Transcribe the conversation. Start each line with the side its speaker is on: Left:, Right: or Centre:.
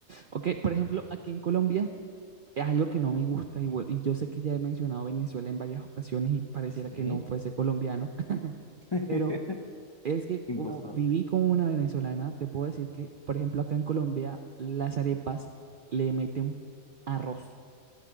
Right: Ok, por ejemplo, aquí en Colombia es algo que no me gusta y, vu- y yo sé que ya he mencionado Venezuela en varias ocasiones y pareciera
Left: Sí.
Right: que no fuese colombiano, <laughs>
Left: <laughs>
Right: pero es que
Left: Impostor.
Right: como viví con una venezolana, te puedo decir que, por ejemplo, acá en Colombia las arepas le meten arroz.